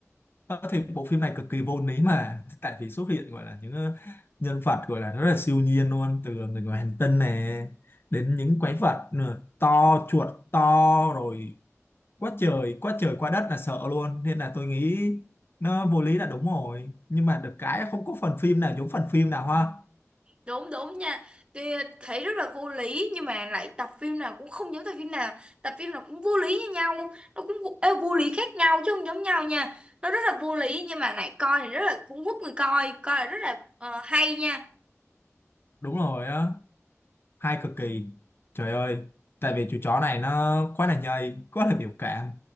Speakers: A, on the left; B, on the right.
A: Ờ, thì bộ phim này cực kỳ vô lý mà tại vì xuất hiện gọi là những ờ, nhân vật gọi là rất là siêu nhiên luôn từ người ngoài hành tinh này đến những quái vật nữa, to chuột to rồi quá trời quá trời quá đất là sợ luôn nên là tôi nghĩ nó vô lý là đúng rồi nhưng mà được cái không có phần phim nào giống phần phim nào ha
B: đúng đúng nha tuy thấy rất là vô lý nhưng mà lại tập phim nào cũng không giống tập phim nào tập phim nào cũng vô lý như nhau nó cũng vô, ê, vô lý khác nhau chứ không giống nhau nha nó rất là vô lý nhưng mà lại coi thì rất là cũng hút người coi coi là rất là ờ, hay nha
A: đúng rồi á hay cực kỳ trời ơi tại vì chú chó này nó quá là nhầy quá là biểu cảm